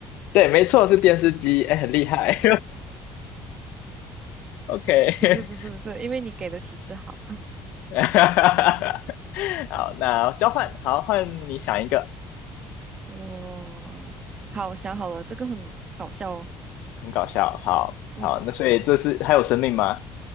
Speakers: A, on the left (about 80°); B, on the right (about 35°).
A: 对，没错，是电视机，哎，很厉害。<laughs> OK，
B: 不是不是不是，因为你给的提示好，
A: <laughs> 好，那交换，好，换你想一个，
B: 我好，我想好了，这个很搞笑哦，
A: 很搞笑。好，
B: 嗯，
A: 好，那所以这是还有生命吗？